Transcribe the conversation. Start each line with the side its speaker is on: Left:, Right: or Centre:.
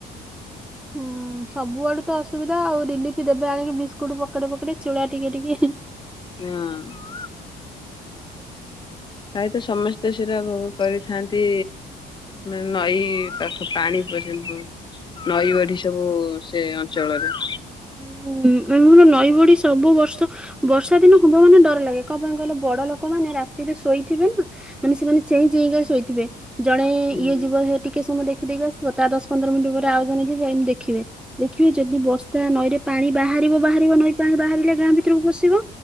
Centre: ହୁଁ ସବୁଆଡୁ ତ ଅସୁବିଧା ଆଉ ରିଲିଫି ଦେବେ ଆଣିକି ବିସ୍କୁଟୁ ପକେଟେ ପକେଟେ ଚୁଡା ଟିକେ ଟିକେ।
Left: ହଁ। ପ୍ରାୟତ ସମସ୍ତେ ସେଟା କରିଖାଆନ୍ତି। ମାନେ ନଈ ପାଖ ପାଣି ପର୍ଯ୍ୟନ୍ତ ପଯ୍ୟନ୍ତ। ନଈ ବଢି ସବୁ ସେ ଅଞ୍ଚଳରେ।
Centre: ହୁଁ ନଈ ବଡି ସବୁ ବର୍ଷ ବର୍ଷା ଦିନ ହବ ମାନେ ଡର ଲାଗେ କଣ ପାଇଁ କହିଲ ବଡ ଲୋକ ମାନେ ରାତିରେ ଶୋଇଥିବେ ନା। ମାନେ ସେମାନେ ଚେଇଁ ଚେଇଁକା ଶୋଇଥିବେ ଜଣେ ଇ
Left: ହୁଁ
Centre: ଇଏ ଯିବ ହେ ଟିକେ ସମୟ ଦେଖିଦେଇକି ଆସିବ ତା ଦଶ ପନ୍ଦର ମିନିଟି ପରେ ଆଉ ଜଣେ ଯିବ ଏମିତି ଦେଖିବେ ଦେଖିବେ ଯଦି ବ ତା ନଈରେ ପାଣି ବାହାରିବ ବାହାରିବ ନଈ ପାଣି ବାହାରିଲେ ଗାଁ ଭିତରକୁ ବସିବ